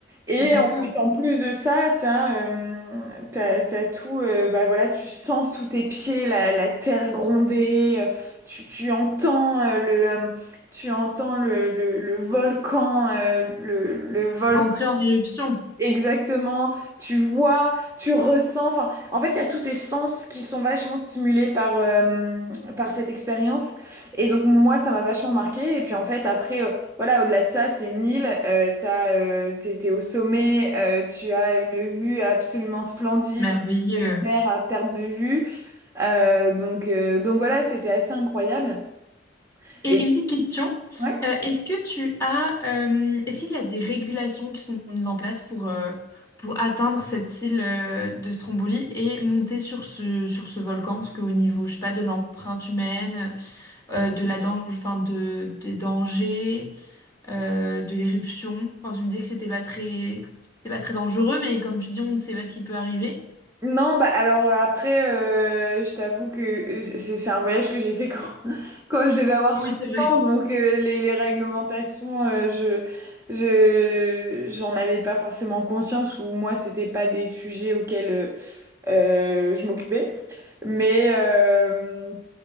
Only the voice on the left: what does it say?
D'accord.
Rentrer en éruption.
Merveilleux.
Et
une petite question.
Euh, est-ce que tu as, euh, est-ce qu'il y a des régulations qui sont mises en place pour, euh, pour atteindre cette île, euh, de Stromboli et monter sur ce, sur ce volcan? Parce qu'au niveau, je sais pas, de l'empreinte humaine, euh, de la dan- enfin, de, des dangers, euh, de l'éruption. Enfin, tu me disais que c'était pas très, que c'était pas très dangereux, mais comme tu dis, on ne sait pas ce qui peut arriver.
Oui,
c'est vrai.